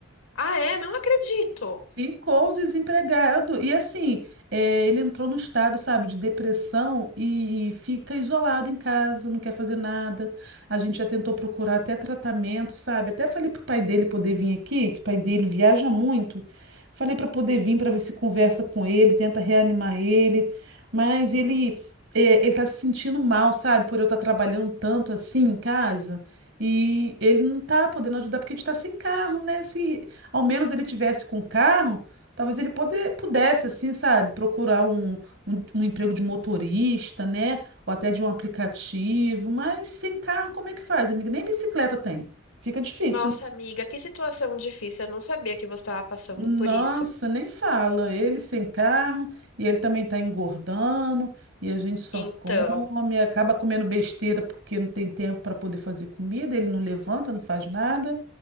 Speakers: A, on the left (about 75°); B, on the right (about 55°).
A: Ah, é? Não acredito.
B: Ficou desempregado. E assim, eh, ele entrou num estado, sabe, de depressão e, e fica isolado em casa, não quer fazer nada. A gente já tentou procurar até tratamento, sabe? Até falei pro pai dele poder vir aqui, que o pai dele viaja muito. Falei para poder vir para ver se conversa com ele, tenta reanimar ele. Mas ele, eh, ele tá se sentindo mal, sabe, por eu estar trabalhando tanto assim em casa. E ele não tá podendo ajudar porque a gente tá sem carro, né? Se ao menos ele tivesse com carro, talvez ele poder, pudesse, assim, sabe, procurar um, um, um emprego de motorista, né? Ou até de um aplicativo. Mas sem carro, como é que faz, amiga? Nem bicicleta tem. Fica difícil,
A: Nossa,
B: né?
A: amiga, que situação difícil. Eu não sabia que você estava passando
B: Nossa,
A: por isso.
B: nem fala. Ele sem carro e ele também tá engordando e a gente só
A: Então.
B: come, acaba comendo besteira porque não tem tempo para poder fazer comida, ele não levanta, não faz nada.